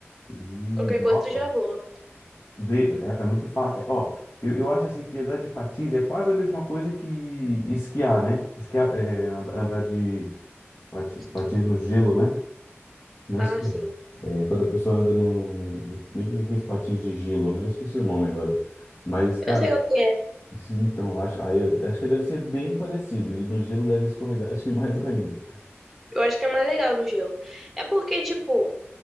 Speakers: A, on the left; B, in the centre.
A: E,
B: Qualquer
A: nossa,
B: coisa tu já voa.
A: vê- é, é muito fácil. é, ó, eu, eu acho assim que andar de patins é quase a mesma coisa que esquiar, né? Esquiar, é, and- andar de pati-
B: Acho
A: patins
B: que-
A: no gelo, né? Na
B: Ah,
A: esquerda.
B: sim.
A: É, quando a pessoa anda no, no, no- de, meio que aqueles patins de gelo, né? Eu esqueci o nome agora. Mas, cara,
B: Eu sei
A: <laughs>
B: o que é.
A: esse- então, acho, aí eu- acho que deve ser bem parecido. E no gelo deve escorregar, <laughs> acho que mais ainda.
B: Eu acho que é mais legal no gelo. É porque, tipo,